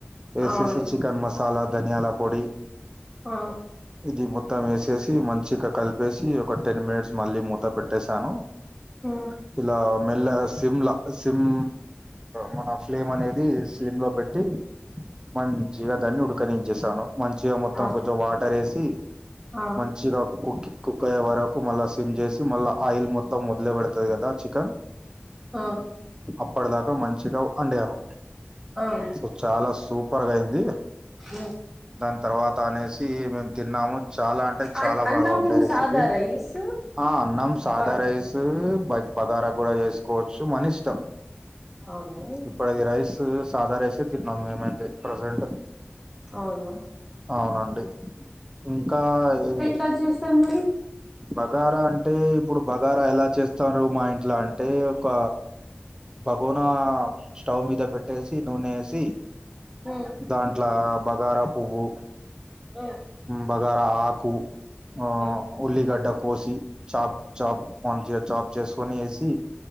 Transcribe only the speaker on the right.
వేసేసి
చికెన్ మసాలా ధనియాల పొడి
ఇది మొత్తం వేసేసి మంచిగా కలిపేసి ఒక టెన్ మినిట్స్ మళ్ళీ మూత పెట్టేసాను
ఇలా మెలగా సిమ్లా సిమ్ మన ఫ్లేమ్ అనే ది సిమ్ లో పెట్టి మంచిగా దాన్ని ఉడకనించేసాను మంచిగా మొత్తం
కొంచెం వాటర్ వేసి
మంచి మచ్చగా కుక్ కుక్ అయ్యే వరకు మళ్ళీ సిమ్ చేసి మళ్ళ ఆయిల్ మొత్తం వదిలి పెడుతుది కదా చికెన్
అప్పటి దాకా మంచిగా వండాను
సో చాలా సూపర్గా అయింది
దాని తర్వాత అనేసి మేము తిన్నాము చాలా అంటే చాలా
బాగా ఉండే రేసి
పి
ఆ అన్నం సాధార
సు బైట్ బగారా కూడా చేసుకోవచ్చు మన ఇష్టం
ఇప్పుడు అది రైస్ సాదా రైసే తిన్నాం మేమైతే ప్రజెంట్
అవునండి ఇంకా ఏ
బగారా అంటే ఇప్పుడు బగారా ఎలా చేస్తారు మా ఇంట్లో అంటే ఒక భగోనా స్టవ్ మీద పెట్ కట్టేసి నూనె ఏసి
దాంట్లో బగారా పువ్వు
బగార ఆకు ఆ
ఉల్లిగడ్డ కోసి చాప్ చాప్ మంచిగా చాప్ చేసుకొని వేసి